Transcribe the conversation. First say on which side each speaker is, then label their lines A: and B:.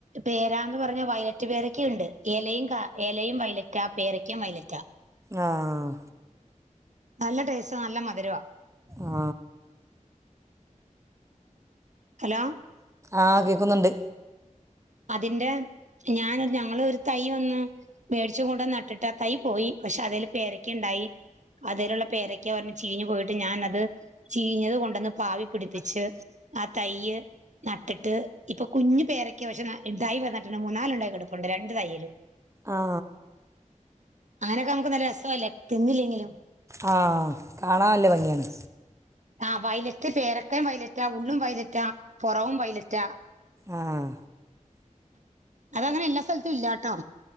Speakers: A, on the right; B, on the right.
A: പേരാന്ന് പറഞ്ഞ വയലറ്റ് പേരക്കയും ഉണ്ട് ഇലയും ഇലയും വയലറ്റ് ആ പേരയ്ക്കയും വൈലറ്റാ.
B: ആഹ്
A: നല്ല ടേസ്റ്റ് നല്ല മധുരവാ.
B: ആ
A: ഹലോ
B: ആ കേക്കുന്നുണ്ട്.
A: അതിന്റെ ഞാൻ ഞങ്ങള് ഒരു തൈ വന്ന് മേട്ച്ചും കൊണ്ട് നട്ടിട്ട് ആ തൈ പോയി പക്ഷെ അതെല് പേരക്കയുണ്ടായി അതെലുള്ള പേരക്ക ഒരെണ്ണം ചീഞ്ഞ് പോയിട്ട് ഞാൻ അത് ചീഞ്ഞത് കൊണ്ടന്ന് പാവി പിടിപ്പിച്ച്
B: പിടിച്ച്
A: ആ തൈയ്യ് നട്ടിട്ട് ഇപ്പൊ കുഞ്ഞ് പേര പക്ഷെ തൈ വന്നിട്ട്ണ്ട് മൂന്നാലുണ്ടായി കിടപ്പുണ്ട് രണ്ടു തയ്യിലും
B: ആ
A: അങ്ങനൊക്കെ നമുക്ക് നല്ല രസല്ലേ തിന്നില്ലെങ്കിലും
B: ആ കാണാൻ നല്ല ഭംഗിയാണ്
A: ആഹ് വയലറ്റ് പേരക്കം വയലറ്റാ ഉള്ളും വയലറ്റാ പുറവും വൈലറ്റാ
B: ആഹ്
A: അതങ്ങനെ എല്ലാ സ്ഥലത്തും ഇല്ലാട്ടോ